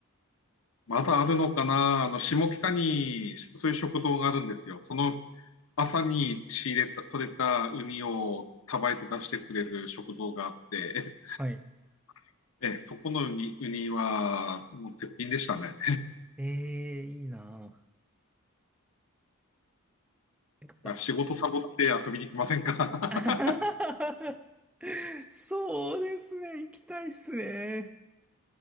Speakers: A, on the left (about 70°); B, in the centre.
A: まだあるのかな、あの、下北にそういう食堂があるんですよ。その朝に仕入れた、取れたウニをさばいて出してくれる食堂があって、
B: はい。
A: <laughs> ええ、そこのウニ、ウニはもう絶品でしたね。
B: ええ、いいなぁ。やっぱ、
A: 仕事サボって遊びに来ませんか
B: <laughs> そうですね。行きたいっすね。